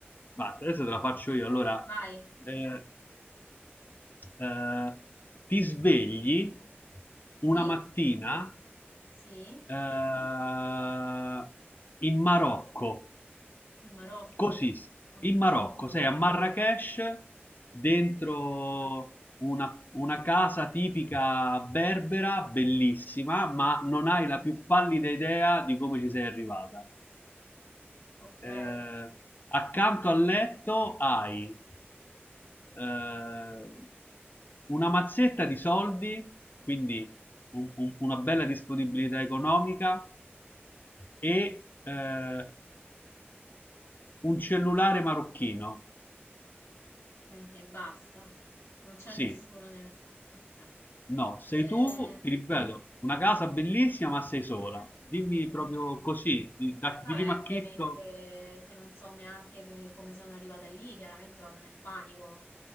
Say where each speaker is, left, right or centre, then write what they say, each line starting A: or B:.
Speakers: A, on the left (about 45°); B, on the left (about 70°).
A: Ma adesso te la faccio io, allora,
B: vai.
A: eh, eh, ti svegli
B: Sì?
A: una mattina
B: Sì? In
A: eh, in Marocco.
B: Marocco.
A: Così,
B: Ok.
A: in Marocco,
B: eh,
A: sei a Marrakech, dentro una, una casa tipica berbera, bellissima, ma non hai la più pallida idea di come ci sei arrivata.
B: ok.
A: Eh,
B: Eh,
A: accanto al letto hai eh, una mazzetta di soldi, quindi un- un- una bella disponibilità economica e eh, un cellulare marocchino.
B: mm, e basta. Non c'è
A: Sì,
B: nessuno nella stanza. Ok.
A: No,
B: Eh,
A: sei tu, ti ripeto, una casa bellissima, ma sei sola. Dimmi
B: mm.
A: proprio così, di, da-
B: Vabbè,
A: di primo acchitto,
B: ovviamente se non so neanche pe- come sono arrivata lì, chiaramente vado nel panico,